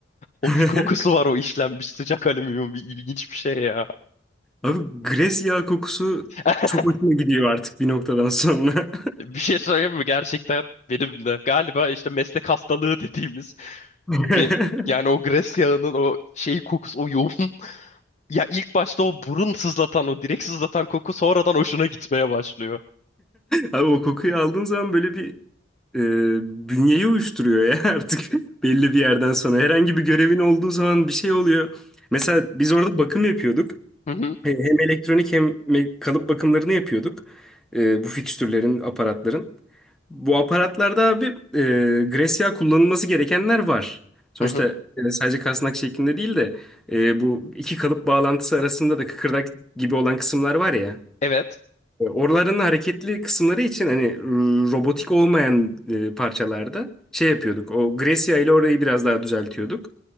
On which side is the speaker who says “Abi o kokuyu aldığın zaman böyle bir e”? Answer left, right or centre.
Centre